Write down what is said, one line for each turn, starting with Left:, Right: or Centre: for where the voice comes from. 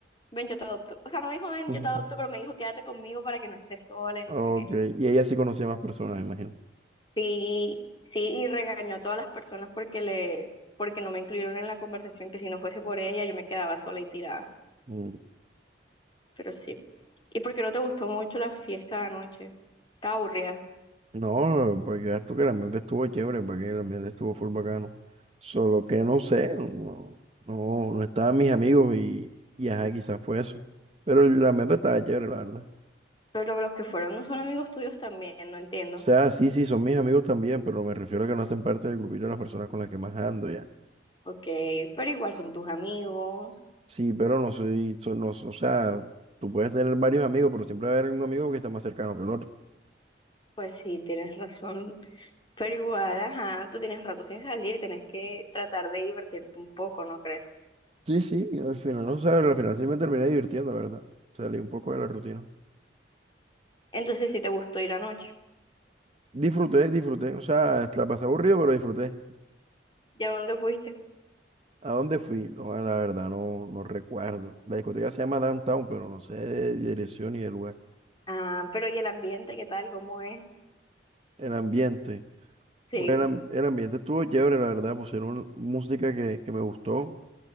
Left: ven, yo te adopto. O sea, no me dijo, ven,
Right: ujú.
Left: yo te adopto, pero me dijo, quédate conmigo para que no estés sola y no
Right: Ok,
Left: sé qué.
Right: y ella sí conocía más personas, me imagino.
Left: Sí, sí, y regañó a todas las personas porque le, porque no me incluyeron en la conversación, que si no fuese por ella yo me quedaba sola y tirada.
Right: Mm,
Left: Pero sí. ¿Y por qué no te gustó mucho la fiesta de anoche? Estaba aburrida.
Right: No, porque veas tú que el ambiente estuvo chévere, porque el ambiente estuvo full bacano. Solo que no sé, no, no, no estaban mis amigos y, y ajá, quizás fue eso. Pero el ambiente estaba chévere, la verdad.
Left: Pero los que fueron no son amigos tuyos también, no entiendo.
Right: O sea, sí, sí, son mis amigos también, pero me refiero a que no hacen parte del grupito de las personas con las que más ando ya.
Left: Ok, pero igual son tus amigos.
Right: Sí, pero no soy, so- no, o sea, tú puedes tener varios amigos, pero siempre va a haber un amigo que sea más cercano que el otro.
Left: Pues sí, tienes razón. Pero igual, ajá, tú tienes rato sin salir, tienes que tratar de divertirte un poco, ¿no crees?
Right: Sí, sí, y al final, o sea, al final sí me terminé divirtiendo, la verdad. Salí un poco de la rutina.
Left: Entonces sí te gustó ir anoche.
Right: Disfruté, disfruté. O sea, la pasé aburrido, pero disfruté.
Left: ¿Y a dónde fuiste?
Right: ¿A dónde fui? No, la verdad, no, no recuerdo. La discoteca se llama Downtown, pero no sé de dirección ni de lugar.
Left: Ah, pero ¿y el ambiente qué tal? ¿Cómo es?
Right: El ambiente.
Left: Sí.
Right: Pues el, am- el ambiente estuvo chévere, la verdad. Pusieron música que, que me gustó.